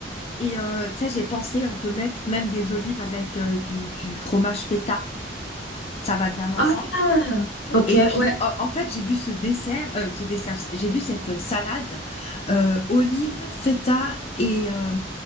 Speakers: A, on the left; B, on the left.
A: Et euh, tu j'ai pensé, on peut mettre même des olives avec euh, du, du fromage feta. Ça va bien ensemble.
B: Ah, ok,
A: Et puis,
B: ouais,
A: en en fait, j'ai vu ce dessert, euh, ce dessert, j'ai vu cette euh, salade euh, olive, feta et euh,